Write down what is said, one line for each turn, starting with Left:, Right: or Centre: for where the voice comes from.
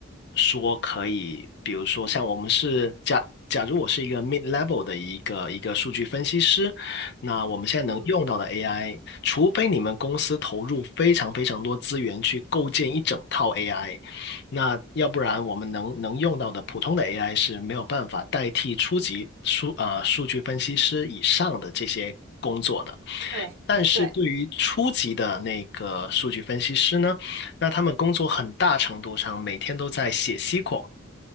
Left: 说可以，比如说像我们是假假如我是一个 mid level 的一个一个数据分析师，那我们现在能用到的
Right: 嗯，
Left: AI，除非你们公司投入非常非常多资源去构建一整套 AI。那要不然我们能能用到的普通的 AI 是没有办法代替初级数啊、呃数据分析师以上的这些工作的。
Right: 对对，
Left: 但是对于初级的那个数据分析师呢，那他们工作很大程度上每天都在写 SQL，